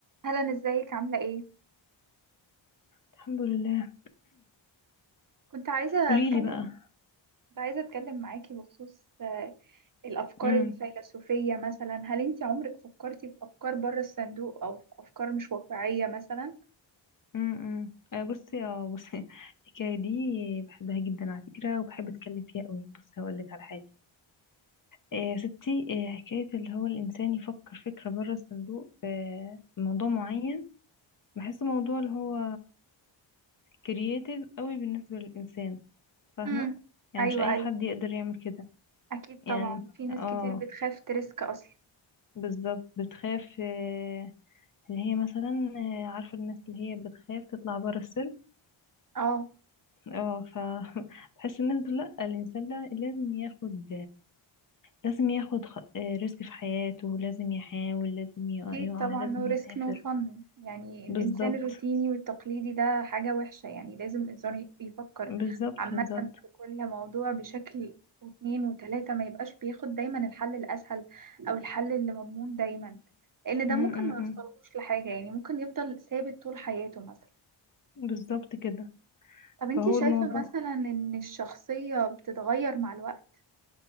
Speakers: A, on the right (about 40°); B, on the left (about 40°).
A: هلا ازيك عاملة ايه؟
B: الحمد لله
A: كنت عايزة
B: قولي
A: اتكلم
B: لي بقى
A: كنت عايزة اتكلم معاكي بخصوص آه، الافكار
B: امم
A: الفيلسوفية مثلا هل انت عمرك فكرتي في افكار بره الصندوق او في افكار مش واقعية مثلا؟
B: امم آه، بصي اه بصي <laughs> الحكايه دي بحبها جدا على فكره وبحب اتكلم فيها قوي بصي هقول لك على حاجه آه، يا ستي آه، حكايه اللي هو الانسان يفكر فكره بره الصندوق في موضوع معين بحسه موضوع اللي هو كرييتيف قوي بالنسبه للانسان فاهمه
A: امم
B: يعني
A: ايوه
B: مش اي
A: ايوه
B: حد يقدر يعمل كده
A: اكيد طبعا
B: يعني
A: في ناس
B: اه
A: كتير بتخاف تريسك اصلا
B: بالظبط بتخاف آه، اللي هي مثلا آه، عارفه الناس اللي هي بتخاف تطلع بره السرب
A: اه
B: اه ف <laughs> بحس الناس دول لا الانسان لا لازم ياخد لازم ياخد خ- آه، ريسك في حياته لازم يحاول لازم يقع,
A: أكيد
B: يقع
A: طبعا
B: لازم
A: no
B: يعافر
A: risk no fun يعني الإنسان
B: بالظبط
A: الروتيني والتقليدي ده حاجة وحشة يعني لازم الإنسان ي- يفكر
B: بالظبط
A: عامة
B: بالظبط
A: في كل موضوع بشكل واتنين وتلاتة ما يبقاش بياخد دايما الحل الأسهل أو الحل اللي مضمون دايما لأن ده
B: م- م-
A: ممكن ما يوصلهوش
B: م.
A: لحاجة يعني ممكن يفضل ثابت طول حياته مثلا
B: بالظبط كده
A: طب انتي
B: فهو
A: شايفة
B: الموضوع
A: مثلا إن الشخصية بتتغير مع الوقت